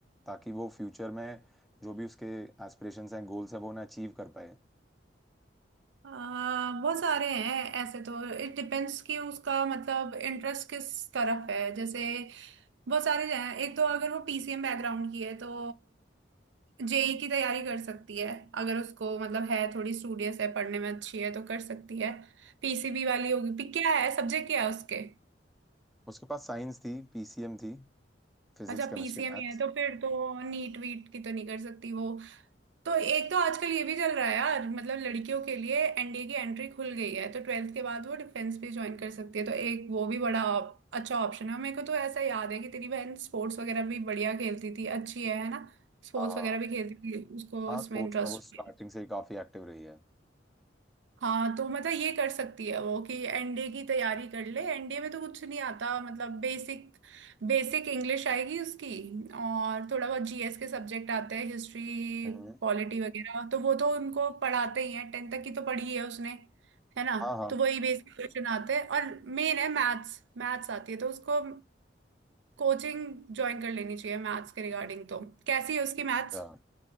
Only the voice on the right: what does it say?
अ, बहुत सारे हैं ऐसे तो इट डिपेंड्स कि उसका मतलब इंटरेस्ट किस तरफ है जैसे बहुत सारे हैं एक तो अगर वो पीसीएम बैकग्राउंड की है तो जेई की तैयारी कर सकती है अगर उसको मतलब है थोड़ी स्टूडियस है पढ़ने में अच्छी है तो कर सकती है पीसीबी वाली होगी पी क्या है सब्जेक्ट क्या है उसके
अच्छा
पीसीएम
ही है तो फिर तो नीट वीट की तो नहीं कर सकती वो तो एक तो आजकल ये भी चल रहा है यार मतलब लड़कियों के लिए एनडीए की एंट्री खुल गई है तो ट्वेल्थ के बाद वो डिफेंस भी ज्वाइन कर सकती है तो एक वो भी बड़ा op- अच्छा ऑप्शन है मेरे को तो ऐसा याद है कि तेरी बहन स्पोर्ट्स वगैरह भी बढ़िया खेलती थी अच्छी है है ना स्पोर्ट्स
वगैरह
भी खेलती थी उसको
उसमें
इंटरेस्ट
हाँ तो मतलब ये कर सकती है वो कि एनडीए की तैयारी कर ले एनडीए में तो कुछ नहीं आता मतलब बेसिक बेसिक इंग्लिश आएगी उसकी और थोड़ा बहुत जीएस के सब्जेक्ट आते हैं हिस्ट्री
पॉलिटी वगैरह तो वो तो उनको पढ़ाते ही हैं टेंथ तक की तो पढ़ी है उसने है ना
तो वही बेसिक क्वेश्चन आते हैं और मेन है मैथ्स मैथ्स आती है तो उसको कोचिंग ज्वाइन कर लेनी चाहिए मैथ्स के रिगार्डिंग तो कैसी है उसकी मैथ्स